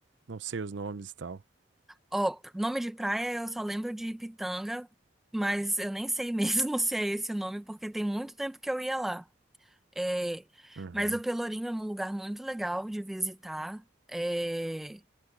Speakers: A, on the right (about 70°); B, in the centre.
A: não sei os nomes e tal.
B: Ó, nome de praia eu só lembro de Pitanga, mas eu nem sei mesmo <laughs> se é esse o nome, porque tem muito tempo que eu ia lá. É,
A: Uhum.
B: mas o Pelourinho é um lugar muito legal de visitar. É,